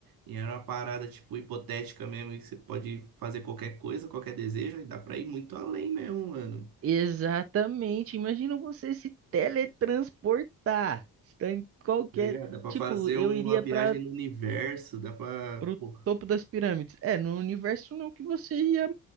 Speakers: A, on the right; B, on the right.
A: E era uma parada, tipo, hipotética mesmo, que você pode fazer qualquer coisa, qualquer desejo, aí dá pra ir muito além mesmo, mano.
B: Exatamente. Imagina você se teletransportar. Está em qualquer.
A: Tá ligado? Dá pra
B: Tipo,
A: fazer
B: eu
A: uma
B: iria
A: viagem
B: para
A: no universo, dá pra.
B: o
A: Porra.
B: topo das pirâmides. É, no universo não que você ia.